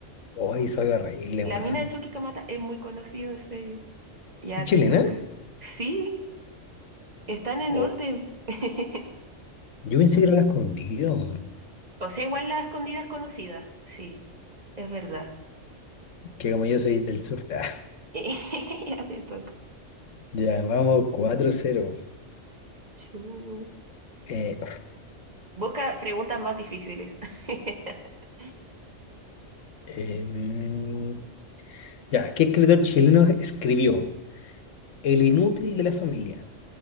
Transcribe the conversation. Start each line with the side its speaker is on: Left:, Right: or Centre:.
Left: Hoy soy horrible,
Right: La
Left: weón.
Right: mina de Chuquicamata es muy conocida, en serio. Ya
Left: ¿Es chilena?
Right: te toca. Sí. Sí, está en el
Left: Oh,
Right: norte. <laughs>
Left: Yo pensé que era la escondida, weón.
Right: O sea, igual la escondida es conocida. Sí, es verdad.
Left: Que como yo soy del sur. <laughs>
Right: <laughs> Ya te toca.
Left: Ya, vamos, cuatro cero.
Right: Chu.
Left: Eh,
Right: Busca preguntas más difíciles. <laughs>
Left: eh, mm, ya, ¿qué escritor chileno escribió El inútil de la familia?